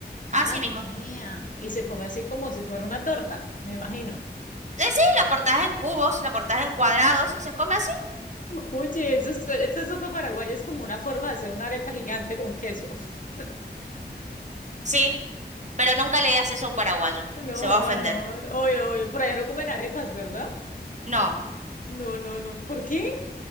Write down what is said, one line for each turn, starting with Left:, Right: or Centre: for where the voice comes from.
Left: Ay,
Right: Así mismo.
Left: vean. Y se come así como si fuera una torta, me imagino.
Right: Eh, sí, la cortás en cubos, la cortás en cuadrados y se come así.
Left: <laughs> Oye, eso es- esa sopa paraguaya es como una forma de hacer una arepa gigante con queso. <laughs>
Right: Sí, pero nunca le digas eso a un paraguayo.
Left: No,
Right: Se va
Left: jamás
Right: a ofender.
Left: no. Oye, oye, por allá no comen arepas, ¿verdad?
Right: No,
Left: No, no, no. ¿Por qué?